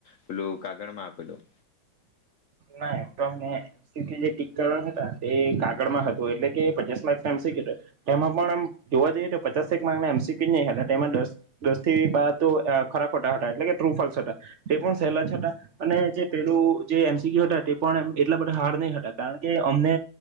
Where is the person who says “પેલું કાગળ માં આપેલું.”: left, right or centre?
Left